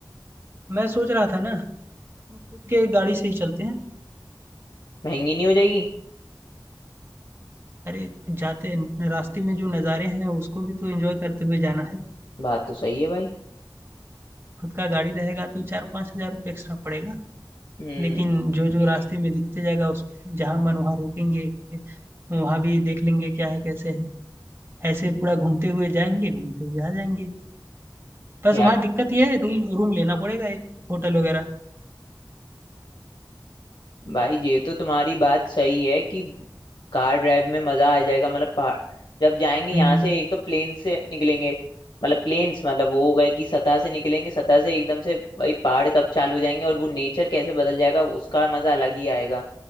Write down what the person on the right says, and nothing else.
मैं सोच रहा था ना अपने खुद के गाड़ी से ही चलते हैं
अरे जाते रास्ते में जो नज़ारे हैं उसको भी तो एंजॉय करते हुए जाना है
खुद का गाड़ी रहेगा तो चार पाँच हजार रुपये एक्स्ट्रा पड़ेगा
लेकिन जो जो रास्ते में दिखते जाएगा उस जहाँ मन वहाँ रोकेंगे वहाँ भी देख लेंगे क्या है कैसे है ऐसे पूरा घूमते हुए जाएंगे घूमते हुए आ जाएंगे बस
वहाँ दिक्कत ये है रूम रूम लेना पड़ेगा एक होटल वगैरह
हम्म,